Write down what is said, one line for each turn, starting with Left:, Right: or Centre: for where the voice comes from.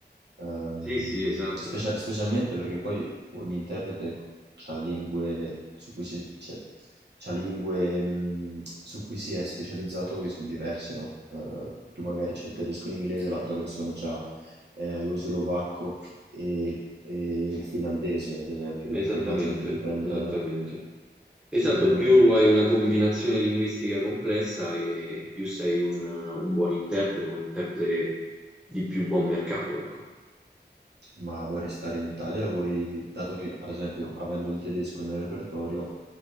Right: Ehm,
Centre: Sì, sì, esatto,
Right: specia- specialmente perché poi ogni interprete ha lingue su cui si, cioè, c'ha lingue, mh, su cui si è specializzato che sono diverse, no? Eh, tu magari c'è il tedesco e l'inglese, l'altra persona c'ha eh, lo slovacco e, e il finlandese, ad esempio,
Centre: esattamente,
Right: dunque immagino che dipenda,
Centre: esattamente. Esatto,
Right: dipenda
Centre: più
Right: anche da questo.
Centre: hai una combinazione linguistica complessa e più sei un, un buon interprete, un interprete di più buon mercato, ecco.
Right: Ma vuoi restare in Italia o vuoi, dato che ad esempio avendo il tedesco nel repertorio,